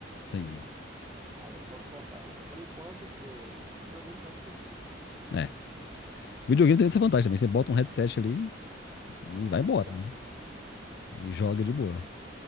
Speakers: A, on the left; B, on the right.
A: Sim.
B: Aí eu posso voltar. Mas por enquanto, o quê? O videogame vai servir.
A: É. O Videogame tem essa vantagem também. Você bota um headset ali e
B: É,
A: vai embora,
B: cara.
A: né? E joga de boa.